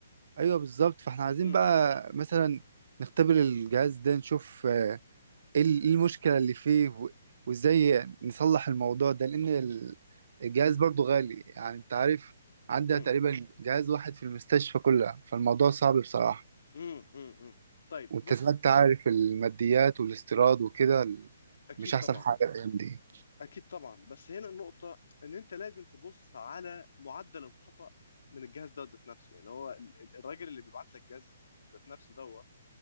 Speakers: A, on the right (about 60°); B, on the left (about 70°).
A: ايوه بالظبط فاحنا عايزين
B: امم
A: بقى مثلا نختبر الجهاز ده نشوف آه، ايه ال- إيه المشكله اللي فيه و- وازاي نصلح الموضوع ده لان ال- الجهاز برضو غالي يعني انت عارف عندها
B: امم
A: تقريبا جهاز واحد في المستشفى كلها فالموضوع صعب بصراحه
B: امم امم أمم. طيب
A: وانت
B: بص
A: زي ما انت عارف الماديات والاستيراد وكده ال-
B: اكيد
A: مش احسن
B: طبعا
A: حاجه الايام دي
B: اكيد طبعا بس هنا النقطه ان انت لازم تبص على معدل الخطا من الجهاز ده ذات نفسه يعني هو ال- ال- الراجل اللي بيبعت لك جهاز ذات نفسه دوت